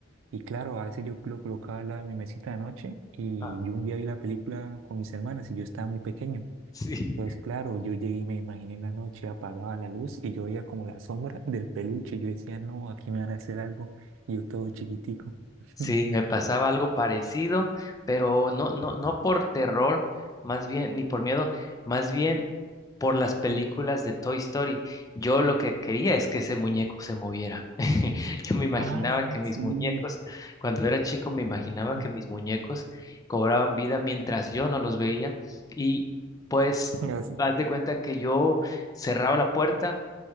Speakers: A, on the right; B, on the left.
A: Y claro, a veces yo lo colocaba al lado de mi mesita de noche y
B: Ah,
A: yo un día vi la película con mis hermanas y yo estaba muy pequeño.
B: <laughs> sí.
A: pues claro, yo llegué y me imaginé en la noche, apagaba la luz y yo veía como la sombra del peluche. Yo decía, no, aquí me van a hacer algo. Y yo todo chiquitico. <laughs>
B: Sí, me pasaba algo parecido, pero no, no, no por terror, más bien, ni por miedo, más bien por las películas de Toy Story. Yo lo que quería es que ese muñeco se moviera. <laughs> Yo me imaginaba
A: Ah,
B: que mis
A: sí.
B: muñecos, cuando era chico, me imaginaba
A: <laughs>
B: que mis muñecos cobraban vida mientras yo no los veía y pues
A: Así,
B: haz de cuenta que yo cerraba la puerta